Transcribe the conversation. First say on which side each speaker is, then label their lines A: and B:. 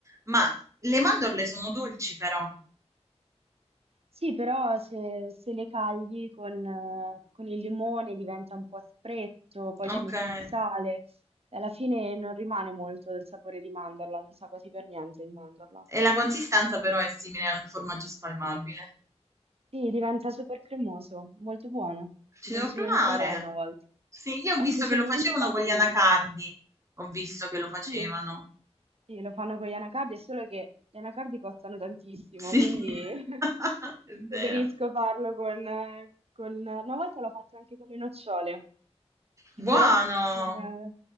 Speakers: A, on the right; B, on the right.
A: Ma
B: Sì,
A: le mandorle
B: sì, sì.
A: sono dolci però.
B: Sì, però se, se le cagli con, eh, con il limone diventa un po' aspretto, poi
A: Okay.
B: ci metti il sale e alla fine non rimane molto del sapore di mandorla, non sa quasi per niente di mandorla.
A: E la consistenza però è simile al formaggio spalmabile.
B: Sì, diventa super cremoso, molto buono. Ti
A: Ci
B: consiglio
A: devo provare.
B: di provare una volta.
A: Sì, io
B: È
A: ho visto
B: un procedimento
A: che lo facevano
B: tanto
A: con gli
B: lungo.
A: anacardi. Ho visto che lo facevano.
B: Sì. Sì, lo fanno con gli anacardi, è solo che gli anacardi costano tantissimo,
A: Sì,
B: quindi <laughs>
A: <laughs> è
B: preferisco
A: vero.
B: farlo con, con... Una volta l'ho fatto anche con le nocciole, ti
A: Buono!
B: dirò, non è,